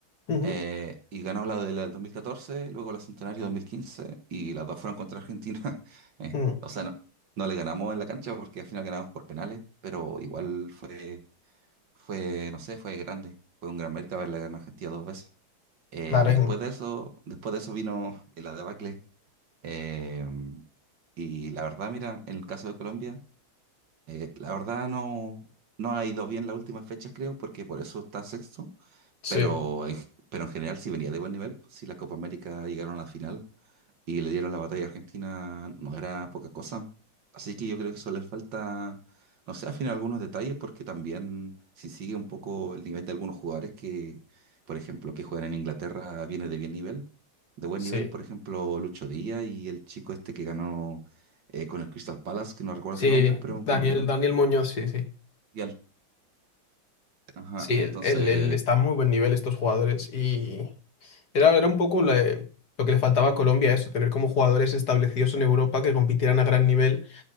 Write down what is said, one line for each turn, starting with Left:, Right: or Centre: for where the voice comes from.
Left: ujú,
Right: eh, y ganó la del 2014, luego la Centenario dos mil quince y las dos fueron contra Argentina. <laughs> Eh,
Left: mm,
Right: o sea, no, no le ganamos en la cancha porque al final ganamos por penales, pero igual fue, fue, no sé, fue grande. Fue un gran mérito haberle ganado a Argentina dos veces. Eh,
Left: claro,
Right: y
Left: y-
Right: después de eso, después de eso vino eh, la debacle Em, y la verdad, mira, en el caso de Colombia, eh, la verdad no, no ha ido bien las últimas fechas, creo, porque por eso está sexto,
Left: sí.
Right: pero en, pero en general sí venía de buen nivel, pues sí la Copa América llegaron a la final y le dieron la batalla a Argentina, no era poca cosa. Así que yo creo que eso les falta, no sé, al final algunos detalles, porque también si sigue un poco el nivel de algunos jugadores que, por ejemplo, que juegan en Inglaterra, viene de bien nivel, de buen
Left: Sí,
Right: nivel, por ejemplo, Lucho Díaz y el chico este que ganó eh, con el Crystal Palace, que no recuerdo
Left: Sí,
Right: su nombre, pero es un
Left: Daniel,
Right: colombiano.
Left: Daniel Muñoz, sí, sí.
Right: Y al- Ajá,
Left: Sí,
Right: entonces,
Left: él, él- él está a muy buen nivel estos jugadores y era, era un poco la- lo que le faltaba a Colombia, eso, tener como jugadores establecidos en Europa que compitieran a gran nivel